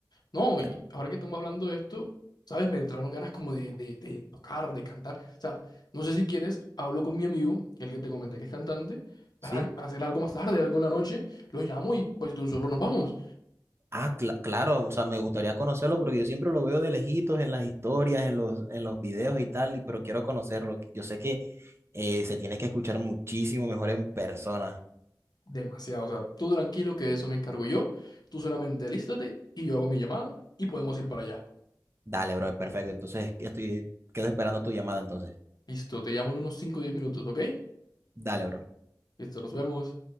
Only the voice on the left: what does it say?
No, y
ahora que estamos hablando de esto, ¿sabes? Me entraron ganas como de, de, de tocar, de cantar. O sea, no sé si quieres, hablo con mi amigo, el que te comenté que es cantante, para,
para hacer algo más tarde, algo en la noche, lo llamo y pues de un solo nos vamos.
Demasiado. O sea, tú tranquilo que de eso me encargo yo. Tú solamente alístate y yo hago mi llamada y podemos ir para allá.
Listo, te llamo en unos 5 o 10 minutos, ¿ok?
Listo, nos vemos.